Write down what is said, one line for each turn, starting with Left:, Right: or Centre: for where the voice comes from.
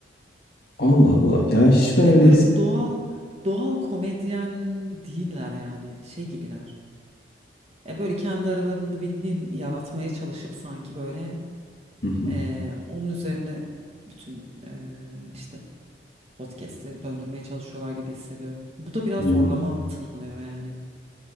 Left: Allah Allah. Ya hiç ben
Right: Evet
Left: öyle
Right: böyle
Left: hissetmiyorum.
Right: doğal doğal komedyen değiller yani şey gibiler. E böyle kendi aralarında bir dil yaratmaya çalışıp sanki böyle
Left: Hı hı.
Right: Ee, onun üzerine bütün eee, işte podcast'i döndürmeye çalışıyorlar gibi hissediyorum. Bu da biraz
Left: Hmm.
Right: zorlama tınlıyor yani.